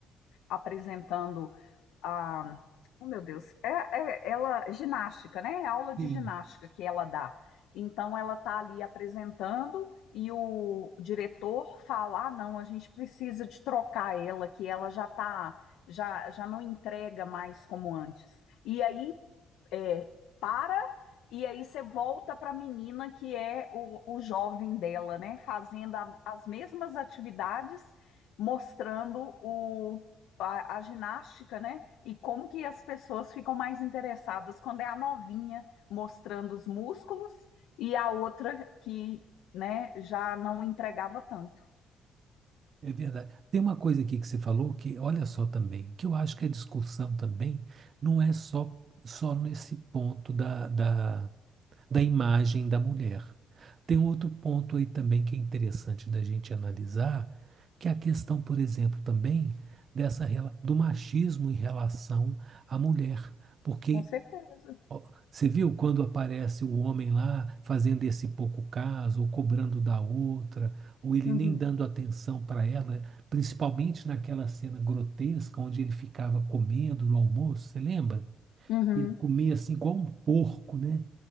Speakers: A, on the left; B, on the right.
A: apresentando a oh meu Deus, é, é- ela ginástica, né? É aula de
B: sim,
A: ginástica que ela dá. Então ela está ali apresentando e o diretor fala: "Ah, não, a gente precisa de trocar ela, que ela já tá já já não entrega mais como antes". E aí é, para e aí você volta para a menina que é o, o jovem dela, né? Fazendo a- as mesmas atividades, mostrando o, a, a ginástica, né? E como que as pessoas ficam mais interessadas quando é a novinha mostrando os músculos e a outra que, né, já não entregava tanto.
B: é verdade. Tem uma coisa aqui que você falou que, olha só também, que eu acho que a discussão também não é só só nesse ponto da, da, da imagem da mulher. Tem outro ponto aí também que é interessante da gente analisar, que é a questão, por exemplo, também dessa rela- do machismo em relação à mulher, porque
A: Com certeza.
B: Ó, Você viu quando aparece o homem lá fazendo esse pouco caso, ou cobrando da outra, ou ele
A: Uhum,
B: nem dando atenção para ela, né? principalmente naquela cena grotesca onde ele ficava comendo no almoço, você lembra?
A: uhum,
B: Ele comia assim igual um porco, né?